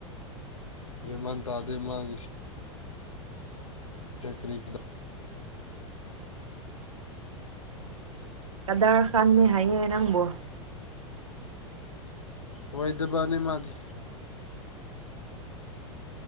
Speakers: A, on the left (about 85°); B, on the right (about 75°).
A: ꯃꯟ ꯇꯥꯗ ꯃꯥꯒꯤ ꯀꯔꯤ ꯀꯗ
B: ꯀꯗꯥꯔ ꯈꯥꯟꯅꯤ ꯍꯥꯏꯌꯦ ꯅꯪꯕꯨꯣ
A: ꯑꯣꯏ ꯗꯕꯥꯅꯦ ꯃꯥꯗꯤ